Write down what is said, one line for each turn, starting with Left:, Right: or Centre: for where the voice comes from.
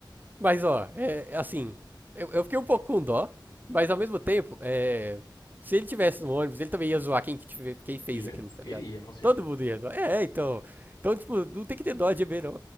Right: Mas, ó, é é assim. Eu, eu fiquei um pouco com dó, mas ao mesmo tempo, é. Se ele tivesse no ônibus, ele também ia zoar quem, que tive- quem fez
Left: Ia.
Right: aquilo, tá
Left: Ele
Right: ligado?
Left: ia, com certeza.
Right: Todo mundo ia zoar. É, então. Então, tipo, não tem que ter dó de EB, não.